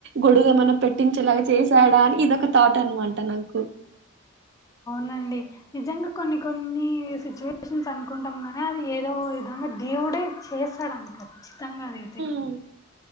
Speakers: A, on the right; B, on the left.
A: గొడుగు ఏమన్న పెట్టించేలాగా చేసాడా అని ఇదొక తాట్ అనమాట నాకు
B: నండి నిజంగా కొన్ని కొన్ని సిచ్యువేషన్స్ అనుకుంటాం గాని అది ఏదో విధంగా దేవుడే చేస్ స్తడండి ఖచ్చితంగా అదైతే
A: మ్మ్